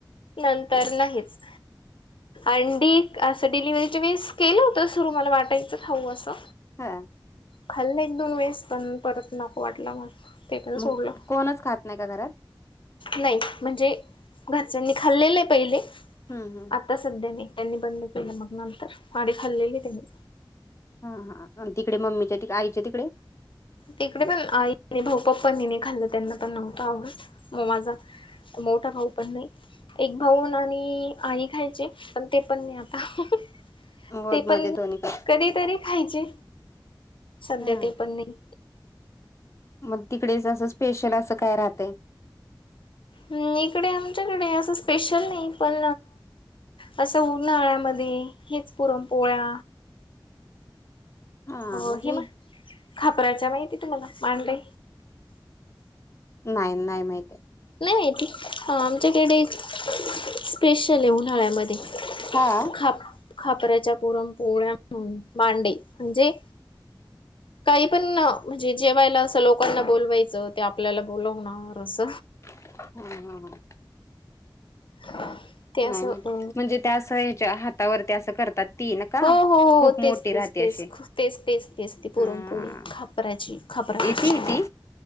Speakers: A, on the left; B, on the left.
A: नंतर नाहीच अंडी, असं डिलिव्हरीच्या वेळेस केलं होत, सुरु मला वाटायचं खावु असं.
B: हा.
A: खाल्लं एक दोन वेळेस पण, परत नको वाटलं मला. ते पन
B: मग
A: सोडलं.
B: कोणच खात नाही का घरात
A: नाही म्हणजे घरच्यांनी खाल्लेलं ये पहिले.
B: ह ह
A: आत्ताचं सध्या त्यांनी बंद केलं मग नंतर, आदी खाल्लेल त्यांनी.
B: हा.. हा.. तिकडे मम्मीच्या तिक आईच्या तिकडे?
A: तिकडे पण आई भाऊ पप्पांनी नाही खाल्लं, त्यांना पण नव्हतं आवडत. मग माझा मोठा भाऊ पण नाही. एक भाऊून आणि आई खायचे पण ते पण नाही आता.
B: हो
A: ते पण
B: माझ्या दोन्हीकडे
A: कधीतरी खायचे सध्या
B: हा
A: ते पण नाही.
B: मग तिकडेच असं स्पेशल असं काय राहतंय?
A: हम्म इकडे आमच्याकडे असं स्पेशल नाही पण, असं उन्हाळ्यामध्ये हेच पुरण पोळ्या,
B: <inaudible>
A: अ
B: म्हणजे
A: हे म खापराच्या माहिती तुम्हाला मांडई?
B: नाही नाही माहितीय.
A: नाही हा आमच्याकडे स्पेशल आहे उन्हाळ्यामध्ये.
B: हा.
A: खाप खापऱ्याच्या पुरण पोळ्या मांडे म्हणजे, काही पण म्हणजे जेवायला असं लोकांना बोलवायचं ते आपल्याला बोलवणार रस
B: हम हम हम.
A: <inaudible>
B: नाही माहिती
A: अ
B: म्हणजे ते असं ह्याच्या हातावरती असं करतात ती न का?
A: हो हो हो
B: खूप मोठी
A: तेच तेच
B: राहते
A: तेच
B: अशी
A: तेच तेच तेच ती पुरणपोळी
B: हा
A: खा खापराची खापराची
B: येती ती